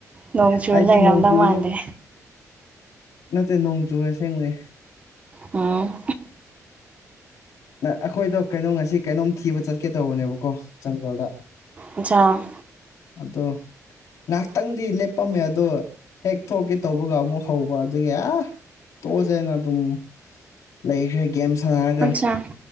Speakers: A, on the right (about 25°); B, on the left (about 70°).
A: ꯅꯣꯡ ꯆꯨꯨꯔ
B: ꯍꯥꯏꯗꯤ
A: ꯂꯩꯔꯝꯗꯧ
B: ꯅꯣꯡ ꯆꯨꯕꯁꯨ
A: ꯃꯥꯟꯗꯦ
B: ꯅꯠꯇꯦ ꯅꯣꯡ ꯆꯨꯑꯦ ꯑꯁꯦꯡꯕꯅꯦ
A: ꯎꯝ
B: ꯅ ꯑꯩꯈꯣꯏꯗꯣ ꯀꯩꯅꯣ ꯉꯁꯤ ꯀꯩꯅꯣꯝ ꯊꯤꯕ ꯆꯠꯀꯦ ꯇꯧꯕꯅꯦꯕꯀꯣ ꯖꯪꯒꯜꯗ
A: ꯑꯠꯆꯥ
B: ꯑꯗꯣ ꯉꯩꯍꯥꯛꯇꯪꯗꯤ ꯂꯦꯞꯄꯝꯃꯦ ꯑꯗꯣ ꯍꯦꯛ ꯊꯣꯛꯀꯦ ꯇꯧꯕꯒ ꯑꯃꯨꯛ ꯍꯧꯕ ꯑꯗꯨꯒꯤ ꯑꯥ ꯇꯣꯛꯑꯁꯦꯅ ꯑꯗꯨꯝ ꯂꯩꯈ꯭ꯔꯦ ꯒꯦꯝ ꯁꯥꯟꯅꯔꯒ
A: ꯑꯠꯆꯥ